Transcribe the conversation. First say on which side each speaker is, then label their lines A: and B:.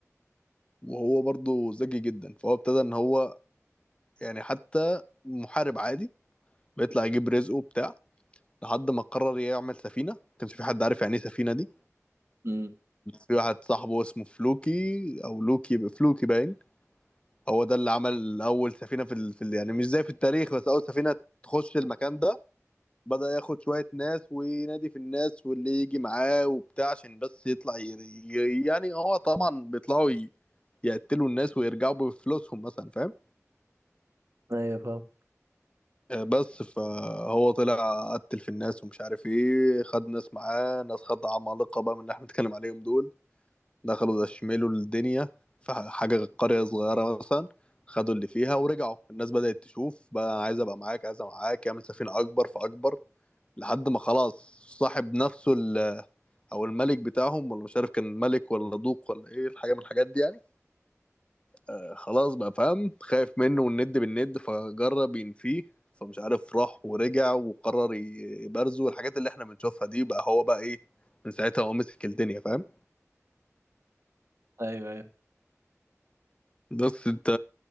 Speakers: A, on the left; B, on the right.
A: وهو برضه ذكي جدا فهو ابتدى ان هو يعني حتى محارب عادي بيطلع يجيب رزقه بتاع لحد ما قرر يعمل سفينه ما كانش في حد عارف يعني ايه سفينه دي
B: أمم.
A: في واحد صاحبه اسمه فلوكي او لوكي فلوكي باين هو ده اللي عمل اول سفينه في, ال... في ال... يعني مش زي في التاريخ بس اول سفينه تخش المكان ده بدأ ياخد شوية ناس وينادي في الناس واللي يجي معاه وبتاع عشان بس يطلع ي... ي- يعني هو طبعا بيطلعوا ي... يقتلوا الناس ويرجعوا بفلوسهم مثلا فاهم
B: ايوه فاهم
A: آه، بس فهو طلع قتل في الناس ومش عارف ايه خد ناس معاه ناس خد عمالقة بقى من اللي احنا بنتكلم عليهم دول دخلوا دشملوا الدنيا في ح- حاجة قرية صغيرة مثلا خدوا اللي فيها ورجعوا الناس بدأت تشوف بقى أنا عايز ابقى معاك عايز ابقى معاك يعمل سفينة اكبر فاكبر لحد ما خلاص صاحب نفسه ال او الملك بتاعهم ولا مش عارف كان ملك ولا دوق ولا ايه الحاجه من الحاجات دي يعني آه، خلاص بقى فاهم خايف منه والند بالند فجرب ينفيه فمش عارف راح ورجع وقرر ي- يبرزه والحاجات اللي احنا بنشوفها دي بقى هو بقى ايه من ساعتها هو مسك الدنيا فاهم
B: ايوه ايوه
A: بس انت